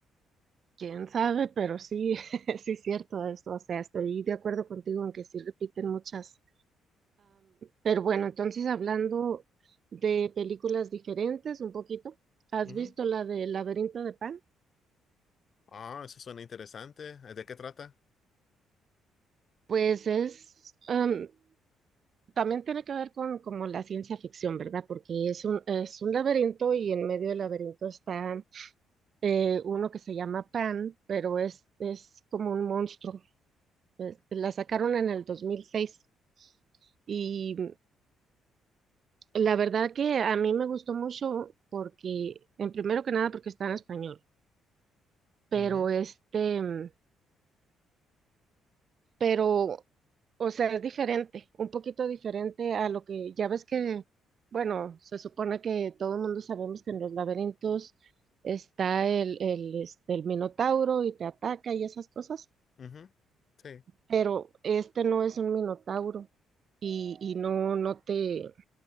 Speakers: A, on the right (about 45°); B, on the left (about 45°).
A: Quién sabe, pero sí, <laughs> sí es cierto eso. O sea, estoy de acuerdo contigo en que sí repiten muchas. Pero bueno, entonces hablando de películas diferentes un poquito, ¿has
B: Ujú.
A: visto la de Laberinto de Pan?
B: Ah, eso suena interesante. ¿De qué trata?
A: Pues es, em, también tiene que ver con como la ciencia ficción, ¿verdad? Porque es un, es un laberinto y en medio del laberinto está eh, uno que se llama Pan, pero es, es como un monstruo. Es- la sacaron en el 2006 y La verdad que a mí me gustó mucho porque, en primero que nada, porque está en español, pero
B: Ujú,
A: este, mm, pero, o sea, es diferente, un poquito diferente a lo que ya ves que, bueno, se supone que todo el mundo sabemos que en los laberintos está el, el, este, el minotauro y te ataca y esas cosas,
B: ujú. Sí.
A: pero este no es un minotauro y, y no, no te,